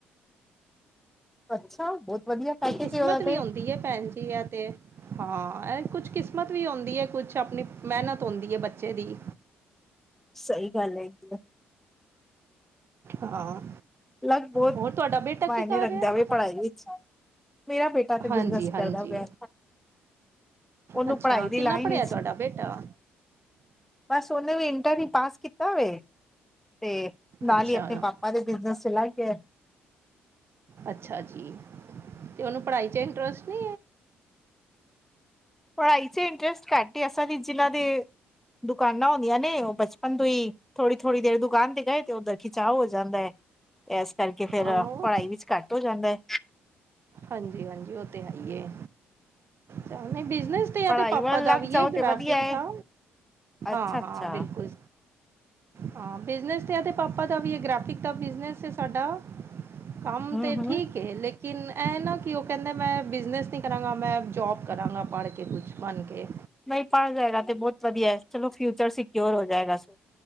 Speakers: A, in the centre; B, on the right.
A: <inaudible> ਅੱਛਾ ਬਹੁਤ ਵਧੀਆ ਪੈਕੇਜ
B: ਕਿਸਮਤ
A: ਏ ਉਹਦਾ ਤੇ।
B: ਵੀ ਹੁੰਦੀ ਹੈ ਭੈਣ ਜੀ, ਐਤੇ। ਹਾਂ, ਇਹ ਕੁਛ ਕਿਸਮਤ ਵੀ ਹੁੰਦੀ ਏ, ਕੁਛ ਆਪਣੀ ਮਿਹਨਤ ਹੁੰਦੀ ਏ, ਬੱਚੇ ਦੀ।
A: ਸਹੀ ਗੱਲ ਹੈਗੀ ਐ।
B: ਹਾਂ।
A: ਲੱਕ ਬਹੁਤ
B: ਹੋਰ ਤੁਹਾਡਾ ਬੇਟਾ
A: ਮਾਇਨੇ
B: ਕੀ ਕਰ
A: ਰੱਖਦਾ
B: ਰਿਹਾ ਹੈ
A: ਵੇ, ਪੜ੍ਹਾਈ ਵਿੱਚ। ਮੇਰਾ ਬੇਟਾ ਤੇ
B: ਹਾਂਜੀ
A: ਬਿਜਨਸ
B: ਹਾਂਜੀ
A: ਕਰਦਾ ਪਿਆ। ਓਨੂੰ
B: ਅੱਛਾ
A: ਪੜ੍ਹਾਈ ਦੀ
B: ਕਿੰਨਾ
A: ਲਾਈਨ
B: ਪੜ੍ਹਿਆ
A: ਇਚ
B: ਤੁਹਾਡਾ ਬੇਟਾ
A: ਬਸ ਉਹਨੇ ਵੀ ਇੰਟਰ ਹੀ ਪਾਸ ਕੀਤਾ ਵੇ, ਤੇ ਨਾਲ
B: ਅੱਛਾ
A: ਹੀ, ਆਪਣੇ ਪਾਪਾ ਦੇ ਬਿਜਨਸ ਚਲਾ ਗਿਐ।
B: ਅੱਛਾ ਜੀ! ਤੇ ਉਹਨੂੰ ਪੜ੍ਹਾਈ'ਚ ਇੰਟਰਸਟ ਨੀ?
A: ਪੜ੍ਹਾਈ'ਚ ਇੰਟਰਸਟ ਘੱਟ ਹੀ ਐ, ਅਸਲ ਈਚ ਜਿਨਾਂ ਦੇ ਦੁਕਾਨਾਂ ਹੁੰਦੀਆਂ ਨੇ, ਉਹ ਬਚਪਨ ਤੋਂ ਹੀ ਥੋੜੀ-ਥੋੜੀ ਦੇਰ ਦੁਕਾਨ ਤੇ ਗਏ, ਤੇ ਉੱਧਰ ਖਿਚਾਵ ਹੋ ਜਾਂਦਾ ਏ। ਇਸ ਕਰਕੇ ਫਿਰ,
B: ਹਾਂ ਉਹ
A: ਪੜ੍ਹਾਈ ਵਿੱਚ ਘੱਟ ਹੋ ਜਾਂਦਾ ਏ।
B: ਹਾਂਜੀ-ਹਾਂਜੀ ਉਹ ਤੇ, ਹੈਈ ਏ। ਚੱਲ ਨਹੀਂ ਬਿਜਨਸ ਤੇ,
A: ਪੜ੍ਹਾਈ
B: ਏਦੇ ਪਾਪਾ
A: ਵੱਲ ਲੱਗ
B: ਦਾ ਵੀ
A: ਜਾਓ
B: ਏ,
A: ਤੇ
B: ਗ੍ਰਫਿਕ
A: ਵਧੀਆ
B: ਦਾ।
A: ਹੈ ਅੱਛਾ
B: ਹਾਂ-ਹਾਂ,
A: ਅੱਛਾ
B: ਬਿਲਕੁਲ। ਹਾਂ, ਬਿਜਨਸ ਤੇ ਏਦੇ ਪਾਪਾ ਦਾ ਵੀ ਏ, ਗ੍ਰਾਫੀਕ ਦਾ ਬਿਜਨਸ ਹੈ ਸਾਡਾ। ਕੰਮ
A: ਹਮ
B: ਤੇ
A: ਹਮ
B: ਠੀਕ ਏ, ਲੇਕਿਨ ਐ ਨਾ ਕੀ ਉਹ ਕਹਿੰਦਾ, ਮੈਂ ਬਿਜ਼ਨਸ ਨਹੀਂ ਕਰਾਂਗਾ, ਮੈਂ ਜੌਬ ਕਰਾਂਗਾ ਪੜਕੇ ਕੁਛ, ਬਣਕੇ।
A: ਨਹੀਂ ਪੜ੍ਹ ਜਾਏਗਾ ਤੇ ਬਹੁਤ ਵਧੀਆ, ਚਲੋ ਫਿਊਚਰ ਸਿਕਿਓਰ ਹੋ ਜਾਏਗਾ।